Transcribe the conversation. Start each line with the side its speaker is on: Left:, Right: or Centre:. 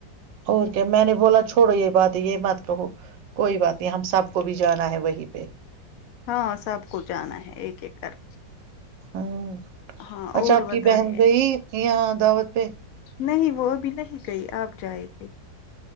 Right: اور کیا میں نے بولا چ تھوڑو یہ بات یہ مت کہو کوئی بات نہیں ہم سب کو بھی جانا ہے وہی
Left: ہاں سب کو جانا ہے ایک ایک کر
Right: ہاں
Left: ہاں
Right: اچھا
Left: اور
Right: آپ کی
Left: بتائے
Right: بہن گئی یہ ہاں دعوت پہ
Left: نہیں وہ ابھی نہیں گئی آپ جائے گی